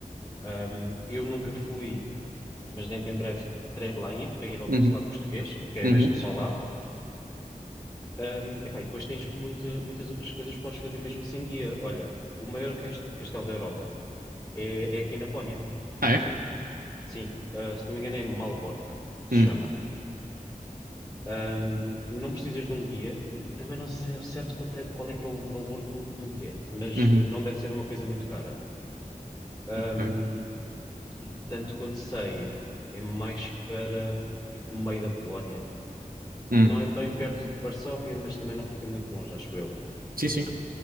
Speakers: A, on the left; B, on the right.
A: Ahm, eu nunca fui, mas dentro em breve terei de lá ir, para ir ao
B: uhum,
A: consulado português, que é
B: uhum.
A: mesmo só lá. Ahm, epá, e depois tens muita- muitas outras coisas que podes fazer mesmo sem guia. Olha, o maior cas- castelo da Europa é, é aqui na Polónia.
B: Ah, é?
A: Sim, Ah, se não me engano é Malbork, se
B: Hum,
A: chama. Ahm, não precisas de um guia. Também não sei ao certo quanto é- qual é que é o valor do, do bilhete, mas
B: uhum,
A: não deve ser uma coisa muito cara. Ahm,
B: ok.
A: e tanto quanto sei, é mais para tipo meio da Polónia.
B: Hum,
A: Não é bem perto de Varsóvia, mas também não fica muito longe, acho eu.
B: sim, sim.